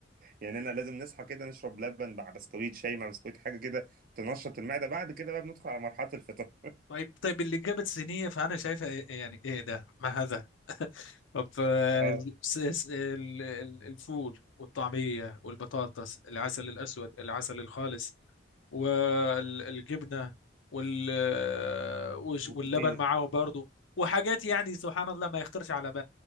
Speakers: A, on the right; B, on the left.
A: يعني انا لازم نصحى كده نشرب لبن مع بسكويت شاي مع بسكويت حاجة كده تنشط المعدة بعد كده بقى بندخل على مرحلة الفطار
B: طيب طيب اللي جابت صينيه فانا شايفه إيه يعني ايه ده ما هذا طب آه،
A: اه
B: ال- س- س- ال- ال- الفول والطعمية والبطاطس العسل الأسود العسل الخالص والجبنة وال آه، وش-
A: وكتير
B: واللبن معاه برضه وحاجات يعني سبحان الله ما يخطرش على ب-